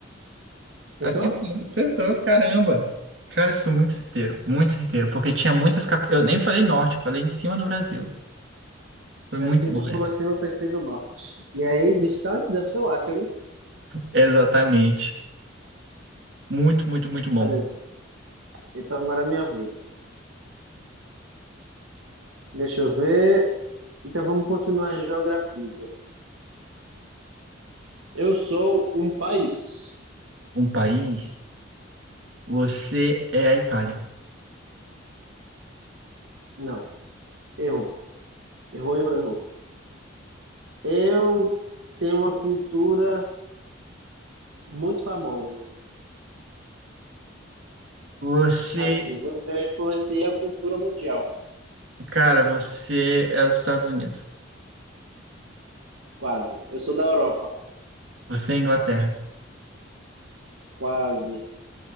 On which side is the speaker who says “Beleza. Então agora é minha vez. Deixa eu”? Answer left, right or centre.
Right